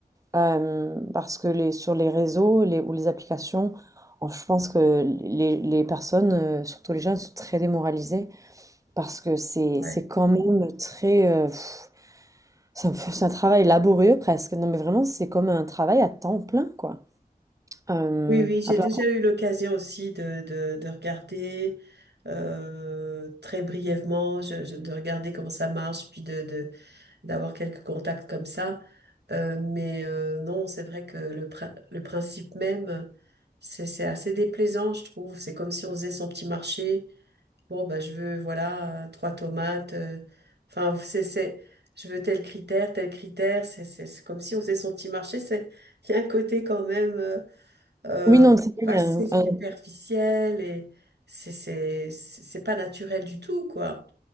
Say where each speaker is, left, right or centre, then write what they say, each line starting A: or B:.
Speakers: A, on the right; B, on the right.
A: euh, parce que les, sur les réseaux les, ou les applications, oh, je pense que les, les personnes, euh, surtout les jeunes, sont très démoralisées parce que c'est,
B: Ouais.
A: c'est quand même très... euh, pff, C'est un peu- c'est un travail laborieux presque. Non, mais vraiment, c'est comme un travail à temps plein, quoi. Euh,
B: Oui, oui, j'ai
A: à plein-
B: déjà eu l'occasion aussi de, de, de regarder euh, très brièvement, je- je- de regarder comment ça marche, puis de, de, d'avoir quelques contacts comme ça. Euh, mais euh, non, c'est vrai que le, prin- le principe même, c'est c'est assez déplaisant, je trouve. C'est comme si on faisait son petit marché. Bon, ben, je veux, voilà, euh, trois tomates. euh, Enfin, c'est, c'est, je veux tel critère, tel critère. C'est c'est- c'est comme si on faisait son petit marché. C'est, il y a un côté quand même euh, euh,
A: Oui, non, c'est vrai,
B: assez
A: il y a un-
B: superficiel
A: un-
B: et c'est c'est- c'est- c'est pas naturel du tout, quoi.